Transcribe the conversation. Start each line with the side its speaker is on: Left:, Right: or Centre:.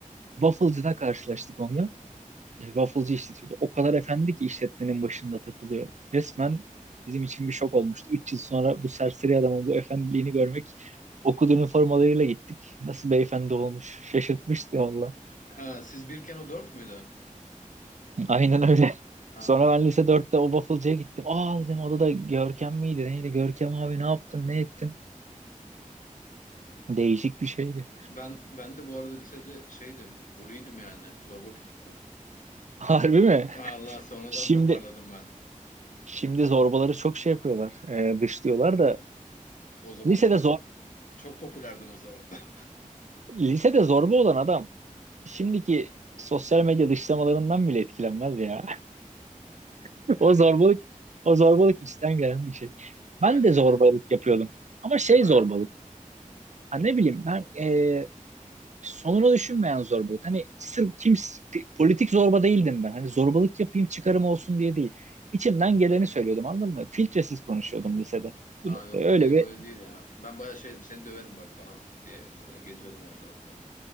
Right: Waffle'cıda karşılaştık onunla. e, wafflecı işletiyordu. O kadar efendi ki işletmenin başında takılıyor. Resmen bizim için bir şok olmuştu. 3 yıl sonra bu serseri adamın bu efendiliğini görmek okul üniformalarıyla gittik. Nasıl beyefendi olmuş. Şaşırtmıştı valla.
Left: Ha siz birken o dört müydü?
Right: <laughs> Aynen öyle.
Left: Ha.
Right: Sonra ben lise dörtte o wafflecıya gittim. Aa dedim o da Görkem miydi neydi? Görkem abi ne yaptın ne ettin? Değişik bir şeydi.
Left: Ben ben de bu arada lisede şeydim, bully'ydim yani. Zorba bir tiptim.
Right: <laughs> Harbi mi?
Left: Allah sonradan
Right: Şimdi
Left: toparladım ben.
Right: şimdi zorbaları çok şey yapıyorlar. e, dışlıyorlar da
Left: O zaman
Right: lisede
Left: çok
Right: zor
Left: çok popülerdim o zaman. <laughs>
Right: lisede zorba olan adam şimdiki sosyal medya dışlamalarından bile etkilenmez ya. <laughs>
Left: Ee,
Right: O zorbalık o zorbalık içten gelen bir şey. Ben
Left: ya lisede
Right: de zorbalık yapıyordum. Ama şey
Left: değil mi?
Right: zorbalık. Ha ne bileyim ben e, sonunu düşünmeyen zorbalık. Hani sırf kim politik zorba değildim ben. Hani zorbalık yapayım çıkarım olsun diye değil. İçimden geleni söylüyordum anladın mı? Filtresiz konuşuyordum lisede.
Left: Aa yok
Right: Öyle
Left: benim
Right: bir
Left: öyle değil ya. Ben bayağı şeydim seni döverim bak falan diye öyle geziyordum ortalıkta.